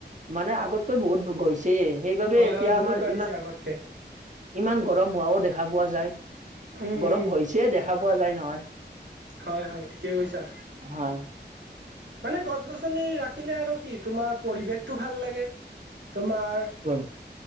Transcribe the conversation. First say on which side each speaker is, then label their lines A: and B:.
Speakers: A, on the right (about 45°); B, on the right (about 75°).
A: মানে আগতকৈ বহুত গৈছে সেইবাবে
B: হয়
A: এতিয়া
B: হয় বহুত
A: আমাৰ
B: বাঢ়িছে
A: ইমান।
B: আগতকে
A: ইমান গৰম হোৱাও দেখা পোৱা যায়
B: উম
A: গৰম
B: উম
A: হৈছে দেখা পোৱা যায় নহয়।
B: হয় হয় ঠিকে কৈছা।
A: হয়
B: মানে গছ গছনি ৰাখিলে আৰু কি তোমাৰ পৰিৱেশটো ভাল লাগে। তোমাৰ
A: হয়